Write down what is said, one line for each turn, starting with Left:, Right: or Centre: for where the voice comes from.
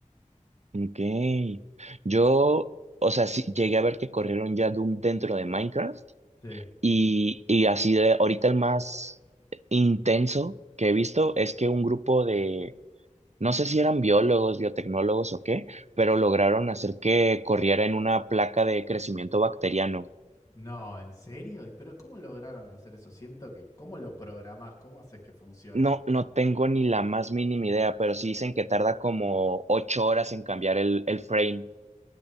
Right: Ok, yo, o sea, sí, llegué a ver que corrieron ya Doom dentro de Minecraft
Left: Sí.
Right: Y, y así de ahorita el más intenso que he visto es que un grupo de, no sé si eran biólogos, biotecnólogos o qué, pero lograron hacer que corriera en una placa de crecimiento bacteriano.
Left: No, ¿en serio? ¿Y pero cómo lograron hacer eso? Siento que, ¿cómo lo programás? ¿Cómo haces que funcione?
Right: No, no tengo ni la más mínima idea, pero sí dicen que tarda como ocho horas en cambiar el, el frame.